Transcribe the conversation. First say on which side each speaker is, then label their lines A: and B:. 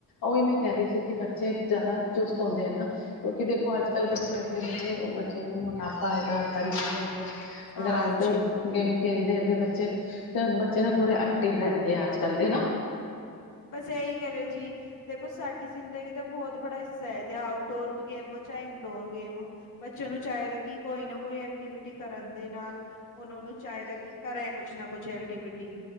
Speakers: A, on the left (about 80°); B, on the left (about 60°).
A: ਓਹੀ ਮੈਂ ਕਹਿ ਰਹੀ ਸੀ, ਕਿ ਬੱਚੇ ਜਿਆਦਾ ਚੁਸਤ ਹੁੰਦੇ ਏਂ ਨਾ। ਕਿਉਂਕਿ ਦੇਖੋ ਅੱਜ ਪਰ ਬੱਚੇ
B: ਹਾਂਜੀ
A: ਹੈਗੇ ਜਿਹੜੇ, ਉਹ ਬੱਚਿਆਂ ਨੂੰ ਮੋਟਾਪਾ ਆਏਗਾ, <unintelligible>
B: ਹਾਂਜੀ
A: ਅਗਰ ਆਊਟਡੋਰ ਗੇਮ ਖੇਲਦੇ ਹੈਗੇ ਬੱਚੇ, ਤਾਂ ਬੱਚੇ ਨਾ ਥੋੜੇ ਐਕਟਿਵ ਰਹਿੰਦੇ ਐਂ ਅੱਜ ਕੱਲ੍ਹ ਦੇ ਨਾ।
B: ਬਸ ਇਹੀ ਗੱਲ ਹੈ ਜੀ। ਦੇਖੋ ਸਾਡੀ ਜ਼ਿੰਦਗੀ ਦਾ ਬਹੁਤ ਬੜਾ ਹਿੱਸਾ ਹੈ। ਤੇ ਆਊਟਡੋਰ ਚ ਗੇਮ ਹੋ ਚਾਹੇਂ ਇੰਡੋਰ ਗੇਮ ਹੋ। ਬੱਚੇ ਨੂੰ ਚਾਹੀਦਾ ਕਿ ਕੋਈ ਨਾ ਕੋਈ ਐਕਟੀਵਿਟੀ ਕਰਨ ਦੇ ਨਾਲ ਉਹਨਾਂ ਨੂੰ ਚਾਹੀਦਾ ਕਿ ਕਰੇ, ਕੁਛ ਨਾ ਕੁਛ ਐਕਟੀਵਿਟੀ।